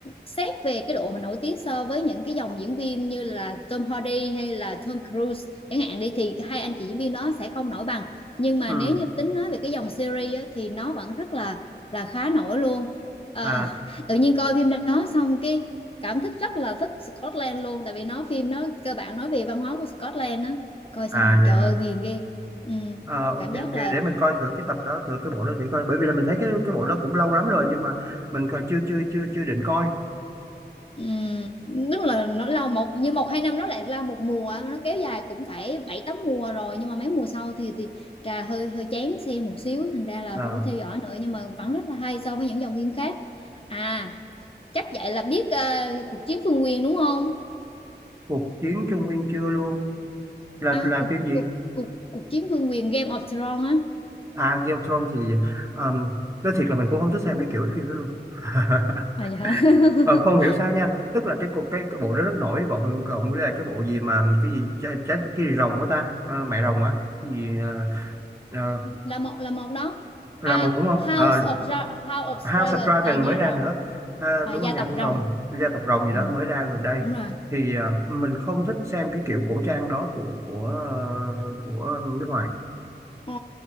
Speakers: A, on the left; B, on the right.
A: xét về cái độ mà nổi tiếng so với những cái dòng diễn viên như là Tom Hardy hay là Tom Cruise chẳng hạn đi thì hai anh chị diễn viên đó sẽ không nổi bằng nhưng mà
B: ừ.
A: nếu như tính nói về cái dòng series á, thì nó vẫn rất là là khá nổi luôn Ờ,
B: à
A: <laughs> tự nhiên coi phim đó xong cái cảm thích rất là thích Scotland luôn tại vì nó phim nó cơ bản nói về văn hóa của Scotland á coi xong
B: à vậy
A: trời
B: hả
A: ơi ghiền ghê ừ,
B: Ờ,
A: cảm
B: ok
A: giác
B: ok
A: là
B: để mình coi thử cái tập đó thử cái bộ đó thử coi bởi vì là mình thấy cái cái bộ đó cũng lâu lắm rồi nhưng mà mình còn chưa chưa chưa chưa định coi
A: Ừm, đúng là nó lâu một như một hai năm nó lại là một mùa nó kéo dài cũng phải bảy tám mùa rồi nhưng mà mấy mùa sau thì thì trà hơi hơi chán xem một xíu thành ra là
B: à,
A: không có theo dõi nữa nhưng mà vẫn rất là hay so với những dòng phim khác à chắc vậy là biết ờ, cuộc chiến phương quyền đúng không
B: cuộc chiến Trung Nguyên chưa luôn là
A: à
B: là
A: cuộc
B: phim gì
A: cuộc cuộc cuộc chiến phương quyền Game of Thrones á
B: À Game of Thrones thì um, nói thiệt là mình cũng không thích xem cái kiểu phim đó luôn <laughs>
A: à dạ
B: Ờ, không
A: <laughs>
B: hiểu sao nha tức là cái cuộc cái, cái bộ đó rất nổi bộ cộng với lại cái bộ gì mà cái gì trái, trái, cái gì rồng của ta Ờ, mẹ rồng á Cái gì ờ, ờ,
A: là một là một đó
B: là
A: à
B: một đúng không
A: House
B: Ờ,
A: of Dra- House
B: House
A: of Dragon
B: of Dragon
A: là nhà
B: mới ra
A: rồng
B: nữa à,
A: à,
B: đúng
A: gia
B: rồi nhà
A: tộc
B: của
A: rồng
B: rồng gia tộc rồng gì
A: Ừ.
B: đó mới ra gần đây
A: đúng rồi
B: thì ờ, mình không thích xem cái kiểu cổ trang đó của của ờ, của nước ngoài
A: Ờ,